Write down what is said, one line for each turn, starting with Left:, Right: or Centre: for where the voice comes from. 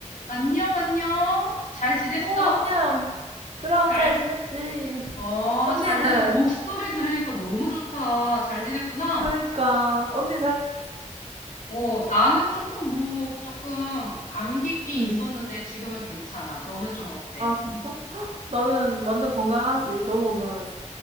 Left: 안녕, 안녕. 잘 지냈어?
Right: 어, 안녕. 그럼
Left: 잘,
Right: 잘
Left: 지-
Right: 지냈지?
Left: 어,
Right: 언니는?
Left: 잘 지내. 목소리 들으니까 너무 좋다. 잘 지냈구나.
Right: 그러니까 언니 잘
Left: 어, 나는 조금 뭐, 조금 감기기
Right: 응.
Left: 있었는데 지금은 괜찮아. 너는 좀 어때?
Right: 아, 진짜? 나는 완전 건강하지. 너무 건강하지.